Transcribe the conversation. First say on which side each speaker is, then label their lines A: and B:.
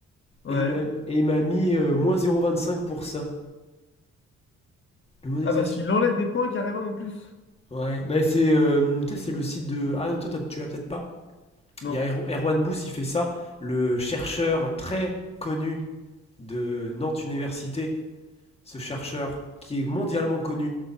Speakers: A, on the left; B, on the left.
A: Ouais.
B: et il m'a- et il m'a mis euh, cinq pour ça. La modélisation.
A: Ah, parce qu'il enlève des points carrément en plus.
B: Ouais, bah c'est euh, tu sais, c'est le site de. Ah non, toi tu l'as peut-être pas.
A: Non.
B: Il y a Er- Erwan Bous, il fait ça, le chercheur très connu de Nantes Université ce chercheur qui est mondialement connu